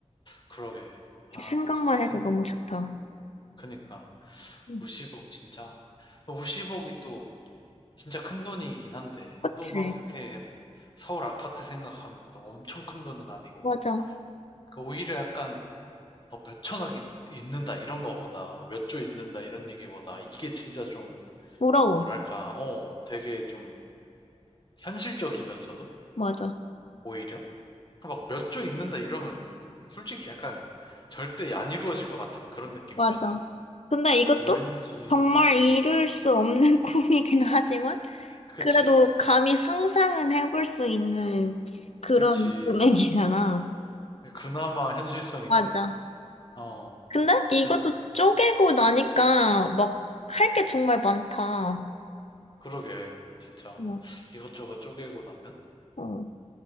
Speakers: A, on the left; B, on the left.
A: 그러게. 아,
B: 생각만
A: 진짜 생각만
B: 해도 너무 좋다.
A: 해도. 그니까,
B: 응.
A: 50억 진짜. 50억이 또, 진짜 큰 돈이긴 한데,
B: 그치?
A: 또 막 이렇게 서울 아파트 생각하면 또 엄청 큰 돈은 아니고.
B: 맞아. 음.
A: 그 오히려 약간 뭐 몇천억이 있는다 이런 거보다 몇 조 있는다 이런 얘기보다 이게 진짜 좀
B: 부러워.
A: 뭐랄까 어 되게 좀 현실적이면서도
B: 맞아.
A: 오히려 막 몇 조 있는다 이러면 솔직히 약간 절대 안 이루어질 것 같은 그런 느낌이잖아
B: 맞아. 근데 이것도
A: 왠지
B: 정말 이룰
A: 음
B: 수 없는 <laughs> 꿈이긴 하지만,
A: 그치
B: 그래도 감히 상상은 해볼 수 있는 그런
A: 그치
B: 금액이잖아.
A: 그나마 현실성 있는
B: 맞아.
A: 어
B: 근데 이것도
A: 그래서
B: 쪼개고 나니까 막 할 게 정말 많다.
A: 그러게 진짜
B: 어,
A: 이것저것 쪼개고 나면
B: 어,